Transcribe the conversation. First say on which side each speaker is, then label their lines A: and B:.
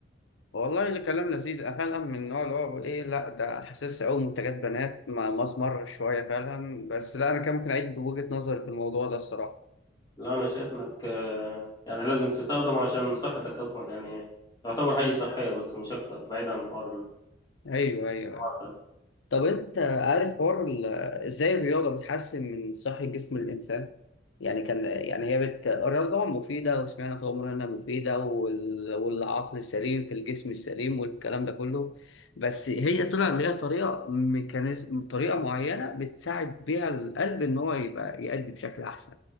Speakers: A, on the left (about 80°); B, on the left (about 20°).
A: والله اللي كلام لذيذ أنا فعلا من النوع اللي هو بقول ايه لا ده حاسس أوي منتجات بنات ما مسمر شوية فعلا بس لا أنا كان ممكن أعيد بوجهة نظري في الموضوع ده الصراحة
B: لا انا شايف انك آه، يعني لازم تستخدمه عشان صحتك اصلا يعني يعتبر حاجة صحية بس مش اكتر بعيد عن حوار
A: أيوه أيوه
B: الاستثمار ده
A: طب انت عارف حوار ال- ازاي الرياضه بتحسن من صحه جسم الانسان يعني كان يعني هي بت... الرياضه طبعا مفيده وسمعنا طول عمرنا انها مفيده وال... والعقل السليم في الجسم السليم والكلام ده كله بس هي طلع ليها طريقه ميكانيزم طريقه معينه بتساعد بيها القلب ان هو يبقى يأدي بشكل احسن